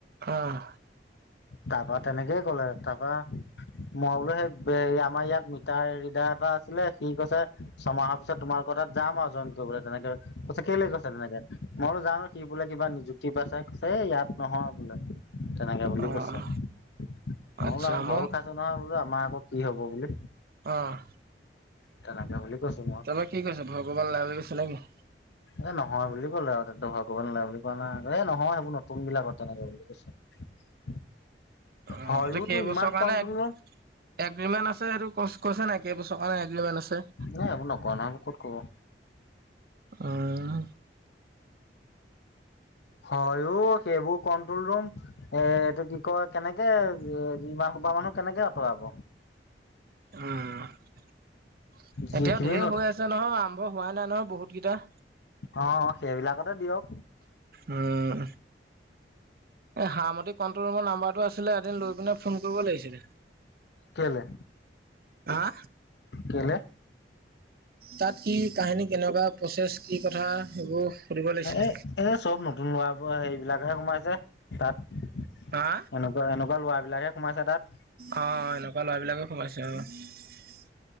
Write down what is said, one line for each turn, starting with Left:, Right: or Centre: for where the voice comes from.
Right: অঁ
Left: তাপা তেনেকেই ক'লে তাপা মই বোলো সেই আমাৰ ইয়াত মিটাৰ ৰিডাৰ এটা আছিলে সি কৈছে ছমাহৰ পিছত তোমাৰ যাম আৰু জইন কৰিবলৈ তেনেকে কৈছে কেলে তেনেকে মই বোলো জানো সি বোলে কিবা নিযু কিবা চাইত ছে ইয়াত নহয় বোলে তেনেকে বুলি
Right: অ',
Left: কৈছে মই
Right: আচ্ছা
Left: বোলো আমি
Right: মই
Left: ভয়ো খাইছো। নহয় বোলো আমাৰ আকৌ হব বুলি।
Right: অঁ
Left: তেনেকে বুলি কৈছো মই।
Right: ঘৰত কি কৈছে ভয় কৰিব নালাগে বুলি কৈছে নেকি
Left: এ নহয় বুলি ক'লে আৰু তহঁতে ভয় কৰিব নালাগে বুলি কোৱা নাই এ নহয় সেইবোৰ নতুন বিলাকত। তেনেকে বুলি কৈছে।
Right: অঁ
Left: হয়ওতো
Right: কেইবছৰ
Left: ইমান
Right: কাৰণে
Left: কণ্ট্ৰল
Right: এগ্ৰিমেণ্ট
Left: ৰুম
Right: আছে এইটো কৈছে নাই কেইবছৰ কাৰণে এগ্ৰিমেণ্ট আছে।
Left: নাই এইবোৰ নকয় নহয় ক'ত কব।
Right: অঁ
Left: হয়ো সেইবোৰ কন্ট্ৰল ৰুম এ এইটো কি কয় কেনেকে- ইমান সোপাহ মানুহ কেনেকে আঁতৰাব।
Right: উম
Left: যিখিনি
Right: এতিয়াও ধেৰ
Left: ন
Right: হৈ আছে নহয়, আৰম্ভ হোৱা নাই নহয় বহুত কেইটা।
Left: অঁ অঁ সেইবিলাকতে দিয়ক।
Right: উম এ হামতি কন্ট্ৰল ৰুমৰ নাম্বাৰটো আছিলে এদিন লৈ পিনে ফোন কৰিব লাগিছিলে।
Left: কেলে
Right: হা
Left: কেলে।
Right: তাত কি কাহিনী কেনেকুৱা প্ৰচেছ কি কথা সেইবোৰ। সুধিব লাগিছিলে।
Left: এ এ চব নতুন লৰা হেবিলাকহে সোমাইছে তাত এনেকে-
Right: হা
Left: সেনেকুৱা ল'ৰা বিলাকে সোমাইছে তাত।
Right: অঁ এনেকুৱা ল'ৰাবিলাকে সোমাইছে অঁ।